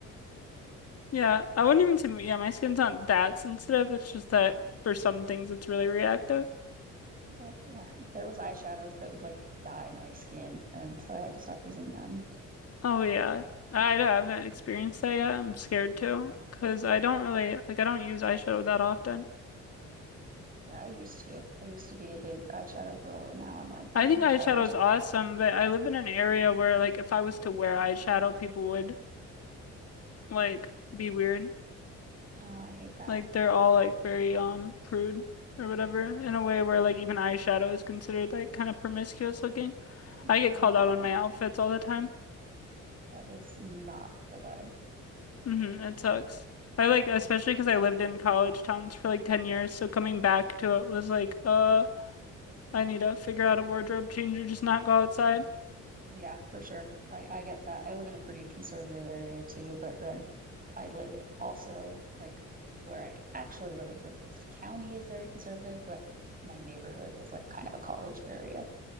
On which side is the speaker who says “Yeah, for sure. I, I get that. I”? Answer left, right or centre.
Right